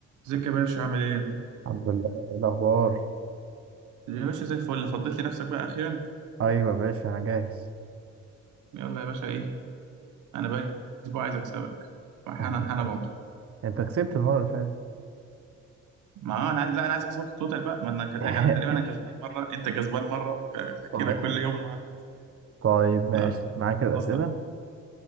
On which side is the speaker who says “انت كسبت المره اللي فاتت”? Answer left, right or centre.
Right